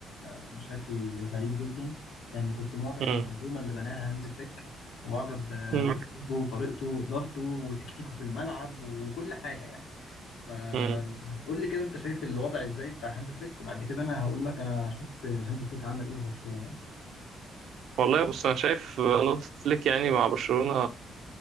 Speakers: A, on the left (about 85°); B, on the right (about 70°).
A: بشكل غريب جدا لأن كنت معجب
B: مم.
A: بالمنظومة اللي بناها هانز فليك ومعجب بأسلوبه
B: مم.
A: وطريقته وإدارته وتكتيكه في الملعب وكل حاجة يعني فقول
B: مم.
A: لي كده أنت شايف الوضع إزاي بتاع هانز فليك وبعد كده أنا هقول لك أنا شفت هانز فليك عمل إيه في برشلونة يعني.
B: والله بص أنا شايف نقطة فليك يعني مع برشلونة